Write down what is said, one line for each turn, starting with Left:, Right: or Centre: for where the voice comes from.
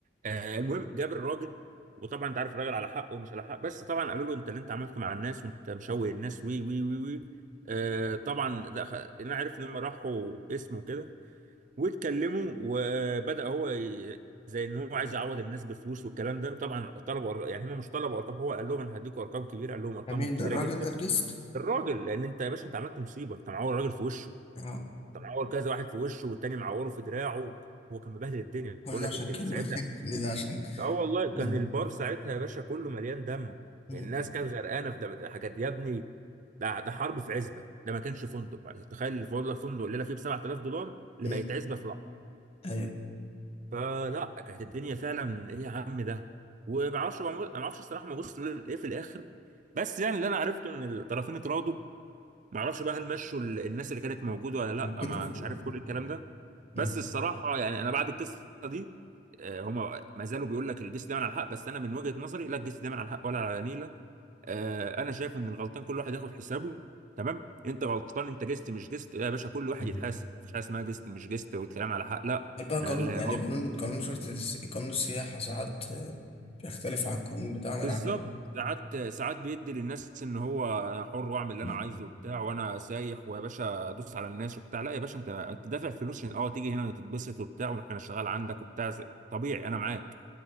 Right: آه المهم جاب الراجل وطبعا انت عارف الراجل على حق ومش على حق بس طبعا قالوا له انت اللي انت عملته مع الناس وانت مشوه الناس وي وي وي وي آه طبعا ده خ- انا عارف ان هم راحوا اسمه كده واتكلموا وبدا هو ي... زي ان هو عايز يعوض الناس بفلوس والكلام ده وطبعا طلبوا أر- يعني هم مش طلبوا ارقام هو قال لهم انا هديكم ارقام كبيره قال لهم ارقام
Left: مين
Right: كبيره
Left: ده الراجل
Right: جدا
Left: ده الجست؟
Right: الراجل لان انت يا باشا انت عملت مصيبه انت معور راجل في وشه
Left: اه
Right: انت معور كذا واحد في وشه والتاني معوره في دراعه هو كان مبهدل الدنيا
Left: كل
Right: بقول
Left: ده
Right: لك
Left: عشان
Right: ال-
Left: كلمة
Right: ال- ساعتها
Left: <laughs> كل ده عشان
Right: اه والله كان
Left: مم.
Right: البار ساعتها يا باشا كله مليان دم
Left: مم.
Right: الناس كانت غرقانه في دم حاجات يا ابني ده ده حرب في عزبه ده ما كانش فندق تخيل الفندق فندق الليله فيه ب 7000 دولار اللي
Left: مم.
Right: بقت عزبه في لحظه
Left: أيوة
Right: فلا كانت الدنيا فعلا ايه يا عم ده وما اعرفش ما اعرفش الصراحه ما بص ايه في الاخر بس يعني اللي انا عرفته ان الطرفين اتراضوا معرفش بقى هل مشوا ال- الناس اللي كانت موجوده ولا
Left: يتكتف
Right: لا ما مش
Left: يعني
Right: عارف كل الكلام ده بس
Left: مم.
Right: الصراحه يعني انا بعد القصه دي آه، هما ما زالوا بيقول لك الجيش دايما على الحق بس انا من وجهه نظري لا الجيش دايما على الحق ولا على نيله آه، انا شايف ان الغلطان كل واحد ياخد حسابه تمام انت غلطان انت جست مش جست يا باشا كل واحد
Left: مم.
Right: يتحاسب مفيش حاجه اسمها جست مش جست والكلام على حق لا
Left: هل بقى
Right: لا
Left: قانون
Right: لا
Left: يعني قانون قانون شرطة الس- قانون السياحة ساعات آه، بيختلف عن القانون بتاعنا
Right: بالظبط
Left: العادي
Right: ساعات ساعات بيدي للناس ان هو انا حر واعمل اللي
Left: مم.
Right: انا عايزه وبتاع وانا سايح ويا باشا ادوس على الناس وبتاع لا يا باشا انت انت دافع فلوس عشان اه تيجي هنا تتبسط وبتاع واحنا نشتغل عندك وبتاع زي- طبيعي انا معاك